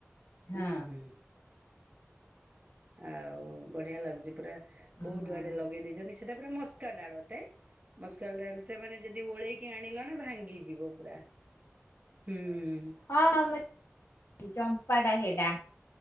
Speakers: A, on the left; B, on the right.
A: ହଁ
B: ହୁଁ ହୁଁ ଆଉ ବଢିଆ ଲାଗୁଛି ପୁରା
A: ଓହୋ
B: ବହୁତ ଆଡେ ଲଗେଇ ଦେଇଛନ୍ତି ସେଟା ପୁରା ମସ୍କା ଡାଳଟେ ମସ୍କା ଡାଳଟେ ମାନେ ଯଦି ଓଳେଇକି ଆଣିଲ ନା ଭାଙ୍ଗିଯିବ ପୁରା। ହୁଁ
A: ହଁ ହଁ <unintelligible> ଚମ୍ପାଟା ସେଟା